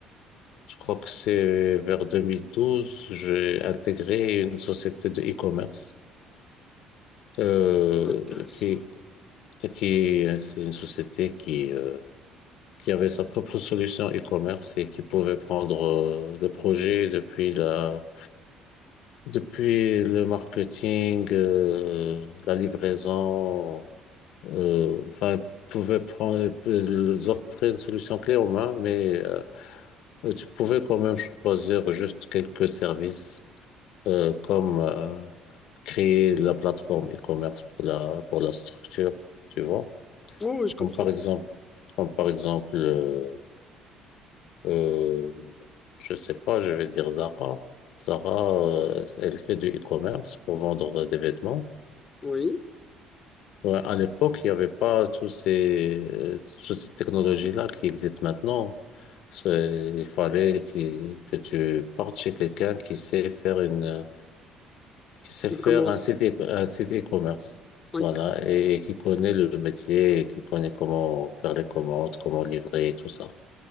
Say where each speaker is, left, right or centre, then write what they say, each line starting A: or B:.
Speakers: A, on the left (about 70°); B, on the left (about 20°).
A: Je crois que c'est vers 2012, j'ai intégré une société de e-commerce euh,
B: Intéressant.
A: qui qui c'est une société qui euh, qui avait sa propre solution e-commerce et qui pouvait prendre euh, le projet depuis la depuis le marketing, euh, la livraison euh, enfin, pouvait prendre, ils offraient une solution clé en main, mais euh, tu pouvais quand même choisir juste quelques services euh, comme euh, créer la plateforme e-commerce pour la pour la structure, tu vois.
B: Oh, oui, je comprends.
A: Comme par exemple, comme par exemple, euh, euh, je sais pas, je vais dire Zara. Zara, euh, elle fait du e-commerce pour vendre des vêtements.
B: Oui,
A: Ouais, à l'époque, il n'y avait pas tous ces, euh, toutes ces technologies-là qui existent maintenant. C'est- Il fallait que, que tu partes chez quelqu'un qui sait faire une, euh, qui sait
B: une
A: faire
B: commande.
A: un site, e- un site e-commerce.
B: Oui,
A: Voilà. Et, et qui connaît le métier, et qui connaît comment faire les commandes, comment livrer, tout ça.